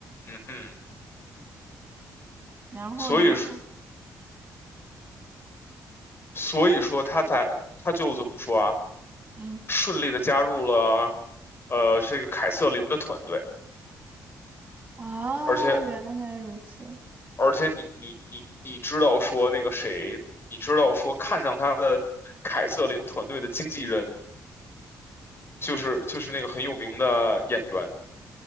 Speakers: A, on the left (about 40°); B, on the right (about 25°).
A: 嗯嗯，
B: 然后呢？
A: 所以说
B: 他
A: 所以说他才他就怎么说啊？
B: 嗯，
A: 顺利的加入了呃这个凯瑟琳的团队，
B: 啊，
A: 而且
B: 原来如此，
A: 而且你你你你知道说那个谁，你知道说看上他的凯瑟琳团队的经纪人就是就是那个很有名的演员，